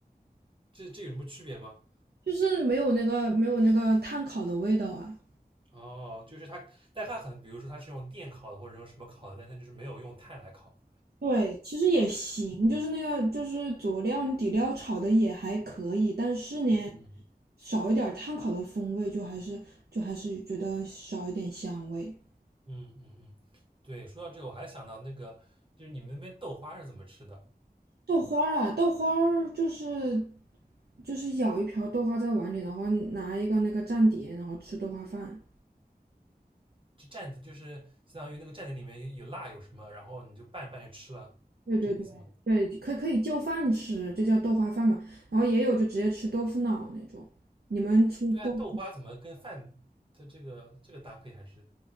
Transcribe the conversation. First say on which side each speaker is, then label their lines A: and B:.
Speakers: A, on the right; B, on the right.
A: 这这有什么区别吗？
B: <laughs> 就是没有那个没有那个炭烤的味道啊。
A: 哦，就是它，但它可能，比如说它是用电烤的，或者用什么烤的，但它就是没有用炭来烤。
B: 对，其实也行，就是那个就是佐料底料炒的也还可以，但是呢，
A: 嗯嗯
B: 少一点碳烤的风味，就还是就还是觉得少一点香味。
A: 嗯嗯嗯，对，说到这个，我还想到那个，就是你们那边豆花是怎么吃的？
B: 豆花儿啊，豆花儿就是就是舀一瓢豆花在碗里，然后拿一个那个蘸碟，然后吃豆花饭。
A: 就蘸，就是相当于那个蘸在里面有有辣有什么，然后你就拌着拌着吃了，
B: 对对对对，
A: 是这意思吗？
B: 可可以就饭吃，就叫豆花饭嘛。然后也有就直接吃豆腐脑那种。你们吃豆腐？
A: 对啊，豆花怎么跟饭它这个这个搭配还是？